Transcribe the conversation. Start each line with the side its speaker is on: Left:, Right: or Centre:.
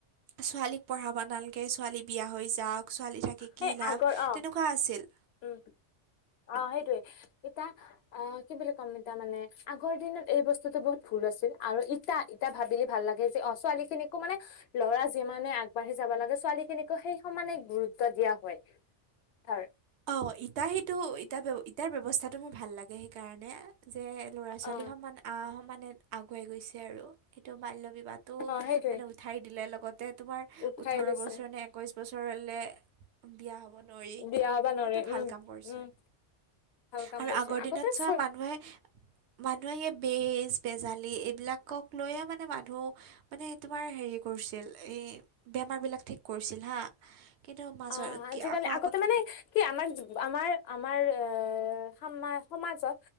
Right: ছোৱালীক পঢ়াবা নালাগে ছোৱালী বিয়া হৈ যাওক, ছোৱালী থাকি
Left: সেই
Right: কি লাভ,
Left: আগৰ অ
Right: তেনেকুৱা আছিল।
Left: উম অ', সেইটোৱে এতিয়া অ', কি বুলি ক'ম এতা মানে, আগৰ দিনত এই বস্তুতটো বহুত ভুল আছিল আৰু এটা ইতটা ভাবিলে ভাল লাগে যে অ', ছোৱালীখিনিকো মানে ল'ৰা যিমানে আগবাঢ়ি যাব লাগে ছোৱালীখিনিকো সেই সমানে গুৰুত্ব দিয়া হয়, তাৰ
Right: অ', ইতাৰ সেইটো ইাৰ ইটাৰ ব্যৱস্থাটো মোৰ ভাল লাগে সেইকাৰণে। যে ল'ৰা ছোৱালী
Left: অ
Right: সমান সমানে আগুৱাই গৈছে আৰু এইটো বাল্য বিবাহ তো
Left: অ সেইটোৱে
Right: মানে উঠাই দিলে লগতে তোমাৰ
Left: উৎসাহ
Right: ওঠৰ
Left: দিছে
Right: বছৰ নে একৈছ বছৰলে বিয়া হ'ব নোৱাৰিটো।
Left: বিয়া হবা নৰে
Right: এইটো ভাল
Left: উম
Right: কাম কৰিছে।
Left: উম ভাল কাম
Right: আৰু
Left: কৰিছে
Right: আগৰ
Left: আগতে
Right: দিনত চোৱা
Left: ছয়
Right: মানুহে মানুহে এই বেজ বেজালী এইবিলাকক লৈয়ে মানে মানুহ মানে তোমাৰ হেৰি কৰিছিল এই বেমাৰবিলাক ঠিক কৰিছিল হা কিন্তু মাজৰ
Left: অ',
Right: কি
Left: আজিকালি
Right: আকৌ
Left: আগতে মানে কি আমাৰ আমাৰ আমাৰ এ সমা সমাজত